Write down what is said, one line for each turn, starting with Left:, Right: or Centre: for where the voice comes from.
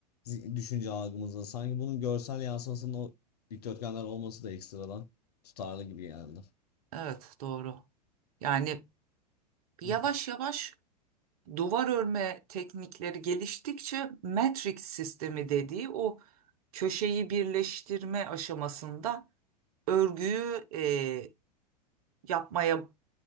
Left: zi- düşünce algımızda. Sanki bunun görsel yansımasının o dikdörtgenler olması da ekstradan tutarlı gibi geldi.
Right: evet doğru. Yani Yavaş
Left: <laughs>
Right: yavaş duvar örme teknikleri geliştikçe matrix sistemi dediği o köşeyi birleştirme aşamasında örgüyü e, yapmaya